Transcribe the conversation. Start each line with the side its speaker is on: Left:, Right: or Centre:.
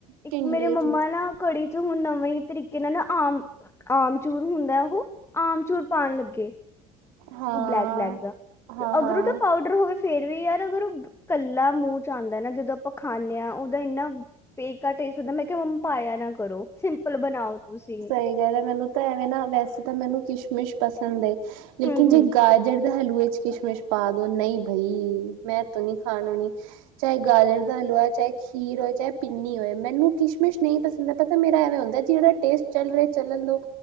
Left: ਇੱਕ
Right: ਟਿੰਡੇ
Left: ਮੇਰੇ ਮੰਮਾ
Right: ਚ
Left: ਨਾ ਕੜੀ ਹੁਨ ਨਵੇਂ ਈ ਤਰੀਕੇ ਨਾਲ ਨਾ ਆਮ ਆਮਚੂਰ ਹੁੰਦਾ ਓਹੋ, ਆਮਚੂਰ ਪਾਨ ਲੱਗੇ।
Right: ਹਾਂ
Left: ਓ ਬਲੈਕ-ਬਲੈਕ ਜਾ, ਤੇ
Right: ਹਾਂ
Left: ਅਗਰ
Right: ਹਾਂ
Left: ਓਦਾ ਪਾਊਡਰ ਹੋਵੇ ਫੇਰ ਵੀ ਐ ਅਗਰ ਓ ਕੱਲਾ ਮੂੰਹ ਚ ਆਂਦੈ ਨਾ ਜਦੋਂ ਆਪਾਂ ਖਾਂਨੇ ਆਂ ਓਦੋਂ ਇੰਨਾ ਬੇਕਾਰ ਟੇਸਟ ਹੁੰਦਾ ਮੈਂ ਕਿਆ ਮੰਮਾ ਪਾਏਆ ਨਾ ਕਰੋ, ਸਿੰਪਲ ਬਨਾਓ ਤੁਸੀਂ।
Right: ਸਈ ਗੱਲ ਐ ਮੈਨੂੰ ਤਾਂ ਐਵੇਂ ਨਾ ਵੈਸੇ ਤਾਂ ਮੈਨੂੰ ਕਿਸ਼ਮਿਸ਼ ਪਸੰਦ ਏ ਲੇਕਿਨ
Left: ਹੂੰ ਹੂੰ
Right: ਜੇ ਗਾਜਰ ਦੇ ਹਲਵੇ ਚ ਕਿਸ਼ਮਿਸ਼ ਪਾ ਦੋ ਨਈ ਬਈ ਮੈਂ ਤੋ ਨੀ ਖਾਨ ਹੋਨੀ, ਚਏ ਗਾਜਰ ਦਾ ਹਲਵਾ, ਚਾਏ ਖੀਰ ਹੋਏ, ਚਾਏ ਪਿੰਨੀ ਹੋਏ ਮੈਨੂੰ ਕਿਸ਼ਮਿਸ਼ ਨਈ ਪਸੰਦ। ਪਤਾ ਮੇਰਾ ਐਵੇਂ ਹੁੰਦੈ ਜੇੜਾ ਟੇਸਟ ਚੱਲ ਰਿਐ ਚੱਲਨ ਦੋ।